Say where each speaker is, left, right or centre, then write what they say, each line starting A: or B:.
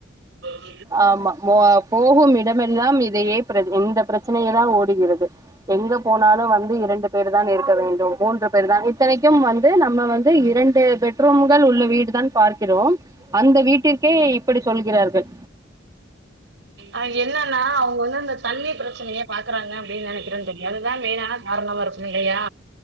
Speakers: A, on the right; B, on the right.
A: <unintelligible>
B: ஆமா போ போகும் இடமெல்லாம் இதையே பிர இந்த பிரச்சனையதா ஓடுகிறது எங்க போனாலு வந்து இரண்டு பேர் தா இருக்க வேண்டும் மூன்று பேர் தான் இத்தனைக்கும் வந் து நம்ம வந்து இரண்டு பெட்ரூம் ம்கள் உள்ள வீடுதான் பார்க்கிறோம் அந்த வீட்டிற்கே அப்படி சொல்கிறார்கள்
A: அஹ் என்னன்னா அவங்க வந்து அந்த தண்ணி பிரச்சனையே பாக்குறாங்க அப்படின்னு நினைக்கிறே தோழி அதுதா மெயின்னா காரணமா இரு இல்லையா